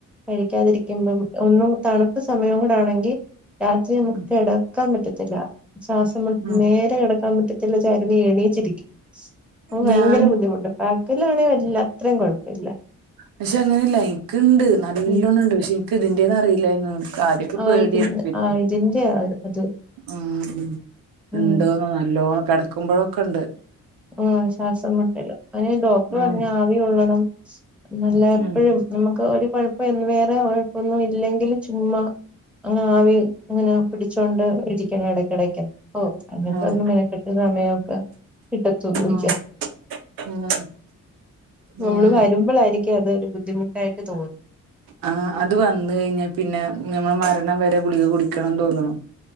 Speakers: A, in the centre; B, on the right.
A: കഴിക്കാതിരിക്കുമ്പം ഒന്നും തണുപ്പ് സമയം കൂടെ ആണെങ്കി രാത്രി നമുക്ക്
B: ഉം
A: കിട ക്കാം പറ്റത്തില്ല ശ്വാസം മു
B: ഉം
A: നേരെ കിടക്കാൻ പറ്റത്തില്ല ചെരിഞ്ഞ് എണീച്ചിരിക്കും. അപ്പൊ ഭയങ്കര
B: ഞാൻ
A: ബുദ്ധിമുട്ട് പകലാണെ വരില്ല അത്രയും കുഴപ്പമില്ല
B: പക്ഷെ അങ്ങനെയല്ല എനിക്ക്ണ്ട് നല്ലോണ്ണണ്ട്
A: ഉം
B: പക്ഷെ ഇനിക്ക് ഇതിന്റെന്നന്ന് അറിയില്ലെനു. ആദ്യൊക്കെ
A: ആഹ്
B: പേടിയേന്നു
A: ഇതി
B: പിന്നെ
A: ആഹ് ഇതിന്റെ അത്
B: ഉം
A: ഉം
B: ഉണ്ടോന്നൊ നല്ലോണം കിടക്കുമ്പൊഴൊക്കണ്ട്.
A: ആ ശ്വാസം മുട്ടല് അയിന് ഡോക്ടർ
B: ഉം
A: പറഞ്ഞ് ആവി കൊള്ളണം. നല്ല എപ്പഴും
B: ഉം
A: നമുക്ക് ഒരു കുഴപ്പം വേറെ കുഴപ്പൊന്നും ഇല്ലെകില് ചുമ്മാ. ആവി അങ്ങനെ പിടിച്ചോണ്ട് ഇരിക്കണം ഇടക്കിടക്ക് ഓഹ്. അങ്ങനത്തൊന്നും
B: ഉം
A: മെനക്കെട്ട് സമയൊക്ക. കിട്ടത്തൊന്നുല്ല
B: ഉം ഉം
A: നമ്മള്
B: ഉം
A: വരുമ്പഴളായിരി ക്ക്യ അതൊരു ബുദ്ധിമുട്ടായിട്ട് തോന്നും.
B: ആഹ് അത് വന്ന് കഴിഞ്ഞാ പിന്നെ ഞമ്മൾ മരണം വരെ ഗുളിക കുടിക്കണംന്ന് തോന്ന്ന്നു.